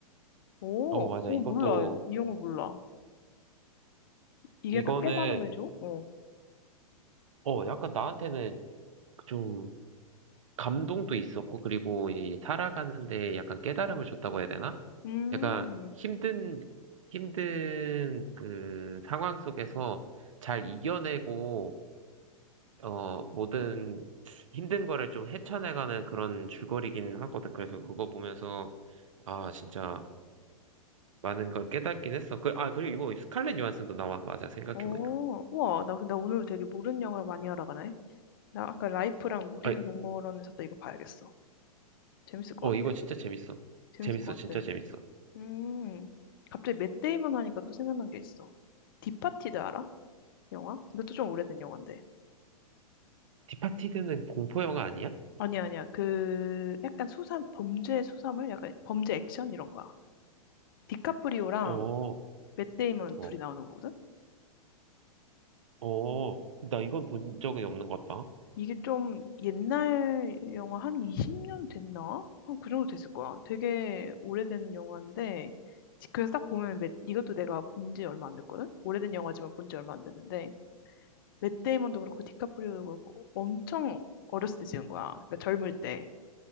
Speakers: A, on the left; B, on the right.
A: 오,
B: 어, 맞아.
A: 오,
B: 이것도
A: 몰라. 이 영화 몰라. 이게
B: 이거는
A: 약간 깨달음을 줘? 어.
B: 어, 약간 나한테는 좀 감동도 있었고 그리고 이 살아가는데 약간 깨달음을 줬다고 해야 되나?
A: 음,
B: 약간 힘든, 힘든 그 상황 속에서 잘 이겨내고, 어, 모든 힘든 거를 좀 헤쳐나가는 그런 줄거리긴 하거든. 그래서 그거 보면서, 아, 진짜 많은 걸 깨닫긴 했어. 그, 아, 그리고 이거 스칼렛 요한슨도 나와. 맞아, 생각해보니까.
A: 오, 우와. 나 근데 오늘 되게 모르는 영화 많이 알아가네. 나 아까 라이프랑 우리는
B: 아,
A: 동물원에 섰다 이거 봐야겠어. 재밌을 것
B: 어, 이거
A: 같아.
B: 진짜 재밌어.
A: 재밌을
B: 재밌어,
A: 것
B: 진짜
A: 같아.
B: 재밌어.
A: 음, 갑자기 맷 데이먼 하니까 또 생각난 게 있어. 디파티드 알아? 영화? 이것도 좀 오래된 영화인데.
B: 디파티드는 공포 영화 아니야?
A: 아니야, 아니야. 그 약간 수사 범죄 수사물 약간 범죄 액션 이런 거야. 디카프리오랑
B: 어,
A: 맷 데이먼
B: 어,
A: 둘이 나오는 거거든.
B: 어, 나 이건 본 적이 없는 것 같다.
A: 이게 좀 옛날 영화 한 20년 됐나? 한 그 정도 됐을 거야. 되게 오래된 영화인데 지- 그래서 딱 보면 맷, 이것도 내가 본지 얼마 안 됐거든. 오래된 영화지만 본지 얼마 안 됐는데 맷 데이먼도 그렇고 디카프리오도 그렇고 엄청 어렸을 때 찍은 거야. 그러니까 젊을 때.